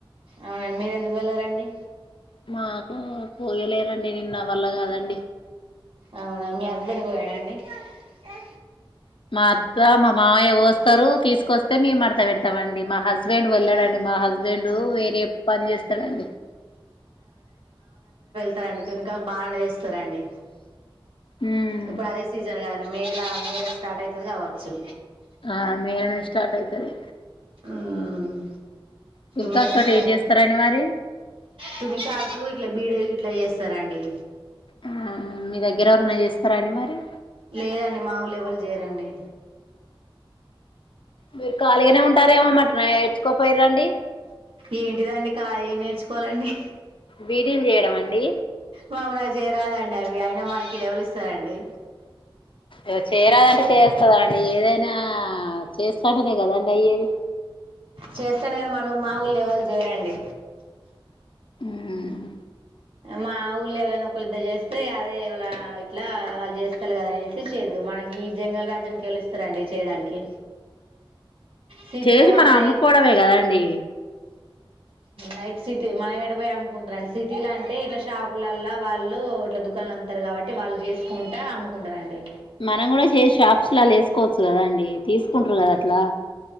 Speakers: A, on the right (about 75°); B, on the left (about 65°).
A: అవున మీరెందుకు వెళ్ళరండి
B: మాకు కోయలేరండి నిన్న నా వల్ల గాదండి
A: అవునా మీ హస్బెండ్ కోయడా అండి ఆ
B: మా అత్త మా మావయ్య గోస్తారు తీసుకొస్తే మేము మడత పెడతామండి మా హస్బెండ్ వెళ్ళడండి మా హస్బెండు వేరే పని చేస్తాడండి
A: తదండి తునిగాకు బాండ చేస్తారండి
B: ఉమ్
A: ఇప్పుడు అదే సీజన్ గ మేల మేల స్టార్ట్ అయితది గావచ్చు
B: ఆ మే స్టార్ట్ అయితది
A: హ్మ్
B: పిన్కాక్
A: మేల
B: తోటి
A: స్టార్ట్
B: ఏం
A: అయితది
B: చేస్తారండి మరి
A: తునిగాకు ఇట్ల బీడీలు గిట్లా చేస్తారండి
B: ఆ మీ దగ్గర ఎవరనా చేస్తారా అండి మరి
A: లేదండి మా ఊలు ఎవలు జేరండి
B: మీరు ఖాళీగానే ఉంటారేమో మరి నేర్చుకోపోయిరండి
A: ఏంటిదండి కా ఏ నేర్చు కోలండి
B: బీడీలు చేయడం అండి
A: వామో నా జేయరాదండి అవి ఆయన మనకి ఇడెవలు ఇస్తారండి
B: ఇ చేయరాదంటే చేస్తదండి ఏదైనా ఆ చేస్తా అదే కదండి అయ్యేది
A: చేస్తేనే కానీ మనం మా ఊళ్ళో ఎవలు జేయరండి
B: హ్మ్
A: మా ఊళ్ళు ఎవలైనా ఒకరి ఇద్దరు జేస్తే అదే ఎవళ ఇట్లా వాళ్ళు జేస్తాలు కదా అనేసి చేయొద్దు మనకి ఈ జంగల్ రాజ్యానికి ఎవళు ఇస్తారండి చేయడానికి సిటీల
B: చేసి
A: వాళ్ళు
B: మన అమ్మకోడమే
A: అయి
B: గదండి
A: నైట్ సిటీ మనం ఎడిపోయి అమ్ముకుంటారండి సిటీ లాం అంటే ఇట్లా షాపులల్లా వాళ్ళు ఇట్లా దుకాణలు అమ్తారు కాబట్టి వాళ్ళు చేసుకుంటా అమ్ముకుంటారండి
B: మనం కూడా చేస షాప్స్ లా లే వేసుకోవచ్చు కదా అండి తీసుకుంటారు కదా అట్లా